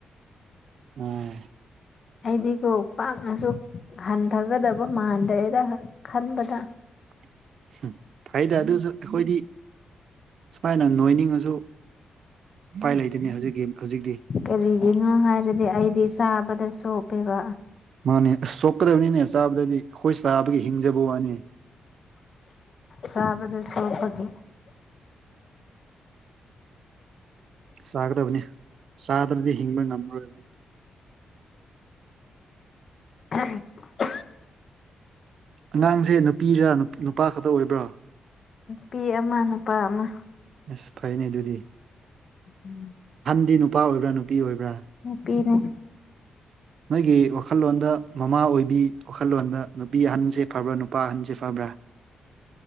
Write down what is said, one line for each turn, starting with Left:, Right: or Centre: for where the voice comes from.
Right: ꯑꯣ
Left: ꯑꯩꯗꯤꯀꯣ ꯄꯥꯛꯅꯁꯨ ꯍꯟꯊꯒꯗꯕ ꯃꯥꯟꯗ꯭ꯔꯦꯗ ꯈꯟꯕꯗ
Right: <inaudible> ꯐꯩꯗ ꯑꯗꯨꯁꯨ ꯑꯩꯈꯣꯏꯗꯤ ꯁꯨꯃꯥꯏꯅ ꯅꯣꯏꯅꯤꯡꯉꯁꯨ ꯎꯄꯥꯏ ꯂꯩꯇꯦꯅꯦ ꯍꯧꯖꯤꯛꯀꯤ ꯍꯧꯖꯤꯛꯇꯤ
Left: ꯀꯔꯤꯒꯤꯅꯣ ꯍꯥꯏꯔꯗꯤ ꯑꯩꯗꯤ ꯆꯥꯕꯗ ꯆꯣꯞꯄꯦꯕ
Right: ꯃꯥꯅꯦ ꯑꯁ ꯆꯣꯞꯀꯗꯝꯅꯤꯅꯦ ꯆꯥꯕꯗꯗꯤ ꯑꯈꯣꯏ ꯆꯥꯕꯒꯤ ꯍꯤꯡꯖꯕ ꯋꯥꯅꯤ
Left: ꯆꯥꯕꯗ ꯆꯣꯞꯄꯒꯤ
Right: ꯆꯥꯒꯗꯕꯅꯤ ꯆꯥꯗꯅꯗꯤ ꯍꯤꯡꯕ ꯉꯝꯃꯔꯣꯏꯕ
Left: <unintelligible>
Right: ꯑꯉꯥꯡꯁꯦ ꯅꯨꯄꯤꯔ ꯅꯨꯄꯥ ꯈꯛꯇ ꯑꯣꯏꯕ꯭ꯔꯣ
Left: ꯅꯨꯄꯤ ꯑꯃ ꯅꯨꯄꯥ ꯑꯃ
Right: ꯑꯁ ꯐꯩꯅꯦ ꯑꯗꯨꯗꯤ
Left: ꯎꯝ
Right: ꯗꯤ ꯅꯨꯄꯥ ꯑꯣꯏꯕ꯭ꯔꯥ ꯅꯨꯄꯤ ꯑꯣꯏꯕ꯭ꯔꯥ
Left: ꯅꯨꯄꯤꯅꯦ
Right: ꯅꯣꯏꯒꯤ ꯋꯥꯈꯜꯂꯣꯟꯗ ꯃꯃꯥ ꯑꯣꯏꯕꯤ ꯋꯥꯈꯜꯂꯣꯟꯗ ꯅꯨꯄꯤ ꯑꯍꯟꯁꯦ ꯐꯕ꯭ꯔꯥ ꯅꯨꯄꯥ ꯑꯍꯟꯁꯦ ꯐꯕ꯭ꯔꯥ ꯑꯥ